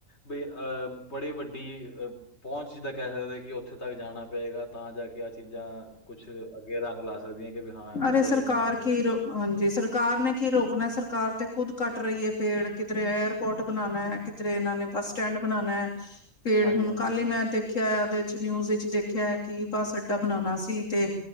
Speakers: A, on the left; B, on the left.
A: ਬਈ ਅਹ ਬੜੀ ਵੱਡੀ ਅ ਪਹੁੰਚ ਜਿੱਦਾਂ ਕਹਿ ਸਕਦੇ ਕਿ ਉੱਥੇ ਤੱਕ ਜਾਣਾ ਪਏਗਾ। ਤਾਂ ਜਾ ਕੇ- ਕਿ ਆਹ ਚੀਜ਼ਾਂ ਕੁਛ ਅੱਗੇ ਰੰਗ ਲਾ ਸਕਦੀਆਂ। ਕਿ ਵੀ ਹਾਂ
B: ਅਤੇ
A: ਹੋਏ
B: ਸਰਕਾਰ
A: ਨਾ ਹੋਏ।
B: ਕੇ ਹਾਂਜੀ ਸਰਕਾਰ ਨੇ ਕੀ ਰੋਕਣਾ। ਸਰਕਾਰ ਤੇ ਖੁੱਦ ਕੱਟ ਰਹੀ ਹੈ ਪੇੜ ਕਿਧਰੇ ਅਰ ਫੋਰਟ ਬਣਾਣਾ, ਕਿਧਰੇ ਇਹਨਾਂ ਨੇ ਬੱਸ ਸਟੈਂਡ ਬਣਾਣਾ। ਪੇੜ
A: ਹਾਂਜੀ-ਹਾਂਜੀ,
B: ਹੁਣ ਕੱਲ
A: ਹਾਂਜੀ।
B: ਹੀ ਮੈਂ ਦੇਖ ਦੇਖਿਆ ਉਹਦੇ ਵਿੱਚ ਨਿਊਜ਼ ਚ 'ਦੇਖਿਆ ਹੈ। ਕਿ ਬਸ ਅਡਾ ਬਣਾਉਣਾ ਸੀ ਤੇ